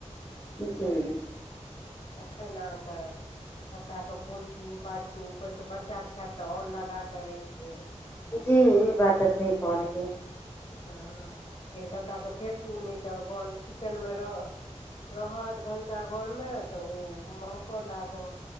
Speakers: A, on the left; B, on the left.
A: जी
B: तखैन अहाँ के सबटाके पोछू पाछू ओहि से बच्चा खायत तऽ आओर लगाके राखि देत
A: जी ई बात तऽ सही कहलियै
B: हँ फेर सभटाके फेकू नहि तऽ घर किचेनमे रह रहत भनसाघरमे तऽ ओ महकऽ लागत